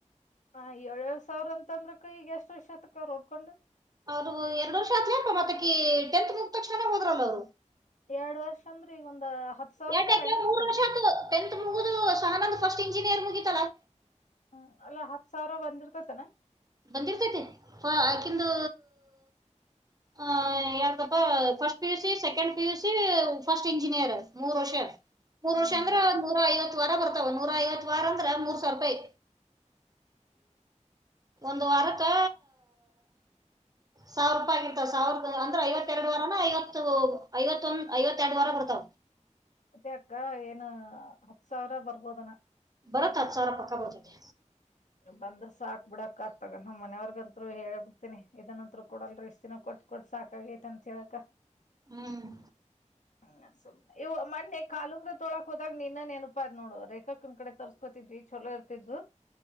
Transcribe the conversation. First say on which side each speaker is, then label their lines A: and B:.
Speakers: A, on the left; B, on the right.
A: ಹ ಏಳ್ಏಳು ಸಾವಿರ ಅಂತ ಅಂದ್ರಕ್ಕ ಈಗ ಎಷ್ಟ್ ವರ್ಷತ್ತಕ್ಕ ರೋಡ್ಕೊಂಡ್
B: ಅವರು ಎರಡು ವರ್ಷ ಆತ್ಲಪ್ಪ ಮತ್ತಕಿ ಟೆಂತ್ ಮುಂದ್ ತಕ್ಷಣನೇ ಹೋದ್ರಲ್ಲ ಅವ್ರು
A: ಎರಡ್ ವರ್ಷ ಅಂದ್ರ ಈಗ ಒಂದ್ ಹತ್ ಸಾವಿರ
B: ಎರಡು
A: ರೂಪಾಯಿ ಆಗಿರ್ತತನ
B: ಮೂರು ವರ್ಷ ಆತ ಟೆಂತ್ ಮುಗುದು ಸಾನಂದ ಸ್ಟ್ ಇಂಜಿನಿಯರ್ ಮುಗಿತ
A: ಹ್ಮ್ ಅಲ್ಲಾ ಹತ್ ಸಾವಿರ ಬಂದಿರ್ತೇತನ
B: ಬಂದಿರ್ತೈತಿ ಹಾ ಯಾಕಿಂದು ಹ ಯಾರ್ದಪ್ಪ first P UC second P UC first engineer ಮೂರು ವರ್ಷ ಮೂರ್
A: ಹ್ಮ್
B: ವರ್ಷ ಅಂದ್ರ
A: ಮತ್ತ
B: ನೂರಾ ಐವತ್ ವಾರ ಬರ್ತವ ನೂರಾ ಐವತ್ತು ವಾರ ಅಂದ್ರ ಮೂರ್ ಸಾವರ ರೂಪಾಯಿ ಒಂದು ವರಕ್ಕ- ಸಾವಿರ ರೂಪಾಯಿ ಆಗಿರ್ತಾವ ಸಾವಿರ ಅಂದ್ರೆ ಐವತ್ತರಡು ವಾರಾನ ಐವತ್ತು ಐವ ಐವತ್ತೆರಡು ವಾರ ಬರ್ತಾವ
A: <unintelligible> ಮತ್ತೆ ಅಕ್ಕ ಏನು ಹತ್ ಸಾವಿರ ಬರ್ಬೋದನ
B: ಬರತ್ತ ಅತ್ ಸಾರ ಪಕ್ಕ ಬರ್ತದೆ
A: ಬಂದ್ರ ಸಾಕ್ ಬಿಡಕ್ ಆತಗ ನಮ್ಮ ಮನೆಯವರ್ಗಅಂತೂ ಹೇಳಳ್ ಬಿಡ್ತಿನಿ ಇದಂತೂ ಕಡಲ್ ಇಷ್ಟತಿನ ಕೊಟ್ ಕೊಡ್ ಸಾಕಾಗೈತ ಅಂತ ಹೇಳಕ
B: ಹ್ಮ್
A: ಹ್ಮ ಸು ಇವು ಮೊನ್ನೆ ಕಾಲುಂಗ್ರ ತೊಳಾಕ್ ಹೋದಾಗ ನಿನ್ನನ್ ನನಪ ಅ ನೋಡು ರೇಖಕ್ ನಿ ಕಡೆ ತರ್ಸ್ಕೋತವಿ ಚಲೋ ಇರ್ತಿದ್ದು